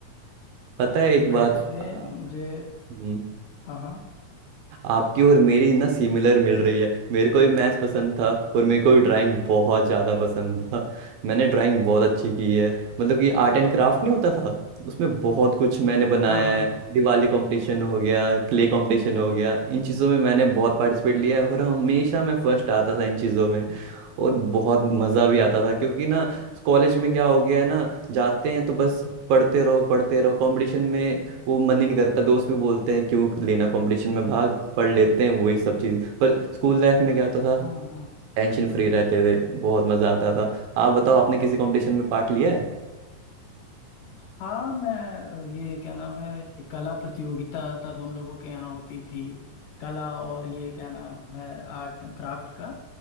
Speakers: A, on the right; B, on the left.
A: पता है एक
B: मैथ्स
A: बात
B: में
A: आ,
B: मुझे
A: हम्म,
B: हाँ हाँ
A: आपकी और मेरी ना सिमिलर मिल रही है मेरे को भी मैथ्स पसंद था और मेरे को भी ड्राइंग बहुत ज़्यादा पसंद था मैंने ड्राइंग बहुत अच्छी की है
B: अच्छा
A: मतलब कि आर्ट एंड क्राफ्ट नहीं होता था उसमें बहुत कुछ मैंने बनाया
B: हाँ हाँ
A: है
B: हाँ
A: दिवाली कंपटीशन हो गया क्ले कंपटीशन हो गया इन चीज़ों में मैंने बहुत पार्टिसिपेट लिया है और हमेशा मैं फर्स्ट आता था इन चीज़ों में और बहुत मज़ा भी आता था क्योंकि ना कॉलेज में क्या हो गया है ना जाते हैं तो बस पढ़ते रहो पढ़ते रहो कंपटीशन में वो मन ही नहीं करता दोस्त भी बोलते हैं क्यों लेना कंपटीशन में भाग पढ़ लेते हैं वही सब चीज़ पर स्कूल लाइफ में क्या होता था
B: हम्म हम्म
A: टेंशन फ्री रहते थे बहुत मजा आता था आप बताओ आपने किसी कंपटीशन में पार्ट लिया है
B: हाँ मैं अ, ये क्या नाम है ये कला प्रतियोगिता तब हम लोगों के यहाँ होती थी कला और ये क्या नाम है आर्ट एंड क्राफ्ट का